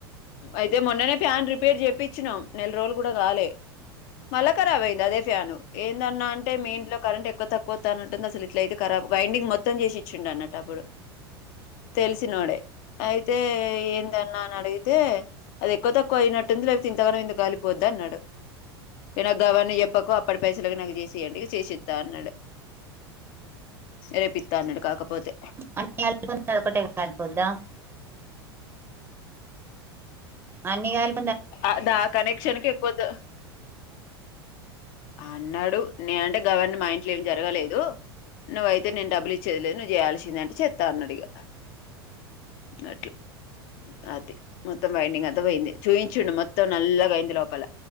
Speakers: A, on the left; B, on the right.
A: అయితే మొన్ననే ఫ్యాన్ రిపేర్ చెప్పచ్చినాం నెల రోజులు కూడా కాలే మళ్ళా కరాబ్ అయ్యింది అదే ఫ్యాన్ ఏందన్నా అంటే? మీ ఇంట్లో కరెంట్ ఎక్కువ తక్కువ వత్తనట్టుంది అస ఇట్లయితే కరాబ్ వైండింగ్ మొత్తం మొత్తం చేసిచ్చిండు అన్నట్టు అప్పుడు తెలిసినోడే అయితే ఏందన్నా అని అడిగి ఏ అది ఎక్కువ తక్కువ అయినట్టుంది లేకపోతే ఇంతగానం ఎందుకు కాలిపోద్ది అన్నాడు. నాకు గవన్ని చెప్పకు అప్పటి పైసలకి నాకు చేసి ఇయ్యండి చేసిత్తా అన్నాడు రేపిత్తా అన్నాడు కాకపోతే
B: అ <unintelligible> పోద్దా అన్ని గాల్
A: అదా కనెక్షన్ కే ఎక్కువ త అన్నాడు నే అంటే గవన్ని మా ఇం ఏం జరగలేదు. నువ్వుయితే నేను డబ్బులు ఇచ్చేలే నువ్వు చేయాల్సిందే అం చెేత్త అన్నడిగా అట్ల అది మొత్తం బైండింగ్ అంతా పోయింది చూయించుండు మొత్తం నల్లగా అయింది లోపల